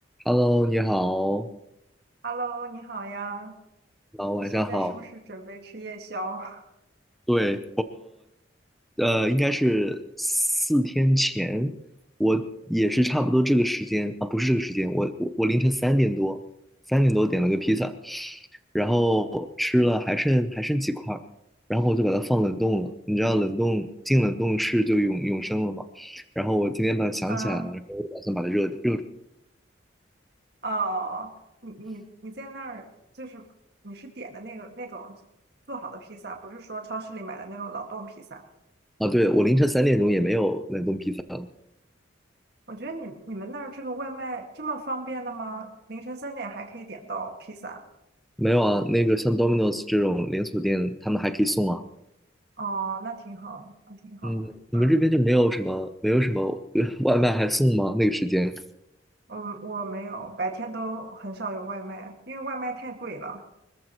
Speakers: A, in the centre; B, on the right.
A: Hello，你好，
B: Hello，你好呀，
A: 然后晚上好。
B: 你现在是不是准备吃夜宵？<laughs>
A: 对，呃，应该是四天前，我也是差不多这个时间啊，不是这个时间，我我我凌晨三点多，三点多点了个披萨，然后吃了还剩还剩几块儿，然后我就把它放冷冻了。你知道冷冻进冷冻室就永永生了嘛？然后我今天把它想起来了，
B: 嗯，
A: 然后我就打算把它热热
B: 哦，你你你在那儿就是你是点的那个那种做好的披萨，不是说超市里买的那种冷冻披萨。
A: 啊。对，我凌晨三点钟也没有冷冻披萨了，
B: 我觉得你你们那儿这个外卖这么方便的吗？凌晨三点还可以点到披萨，
A: 没有啊。那个像 Domino's 这种连锁店，他们还可以送啊。
B: 哦，那挺好，那挺好。
A: 嗯，你们这边就没有什么没有什么呃
B: 嗯
A: <laughs> 外卖还送吗？那个时间？
B: 嗯，我没有，白天都很少有外卖，因为外卖太贵了，